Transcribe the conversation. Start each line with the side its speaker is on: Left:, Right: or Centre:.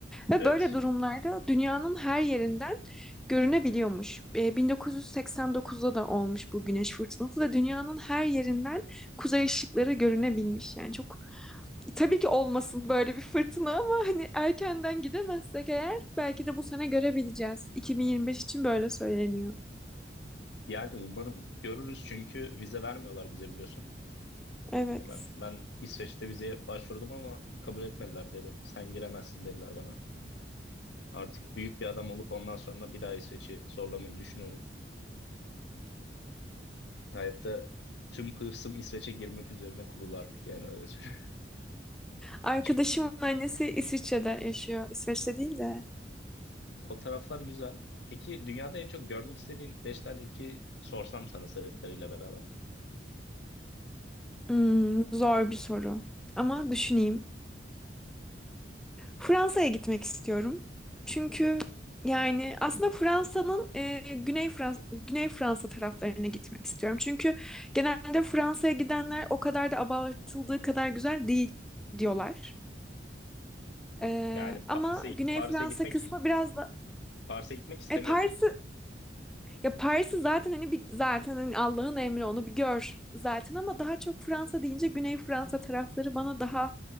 Centre: Ve
Left: Evet.
Centre: böyle durumlarda dünyanın her yerinden görünebiliyormuş. E, 1989'da da olmuş bu güneş fırtınası ve dünyanın her yerinden kuzey ışıkları görünebilmiş. Yani çok Tabii ki olmasın böyle bir fırtına ama hani erkenden gidemezsek eğer belki de bu sene görebileceğiz. 2025 için böyle söyleniyor.
Left: Yani umarım görürüz çünkü vize vermiyorlar bize biliyorsun.
Centre: Evet.
Left: Ya ben ben İsveç'te vizeye başvurdum ama kabul etmediler dedi. Sen giremezsin dediler bana. Artık büyük bir adam olup ondan sonra bir daha İsveç'i zorlamayı düşünüyorum. Hayatta tüm hırsım İsveç'e girmek üzerine kurulu artık yani öyle söyleyeyim.
Centre: Arkadaşımın
Left: <laughs>
Centre: annesi İsviçre'de yaşıyor. İsveç'te değil de.
Left: O taraflar güzel. Peki dünyada en çok görmek istediğin 5 tane ülkeyi sorsam sana sebepleriyle beraber.
Centre: Hmm, zor bir soru. Ama düşüneyim. Fransa'ya gitmek istiyorum. Çünkü yani aslında Fransa'nın e, Güney Fransa Güney Fransa taraflarına gitmek istiyorum. Çünkü genelde Fransa'ya gidenler o kadar da abartıldığı kadar güzel değil diyorlar. Ee,
Left: Yani
Centre: ama
Left: Paris'e
Centre: Güney
Left: Paris'e
Centre: Fransa
Left: gitmek
Centre: kısmı biraz da
Left: Paris'e gitmek istemiyorsun.
Centre: e Paris'i ya Paris'i zaten hani bir zaten hani Allah'ın emri onu bir gör zaten ama daha çok Fransa deyince Güney Fransa tarafları bana daha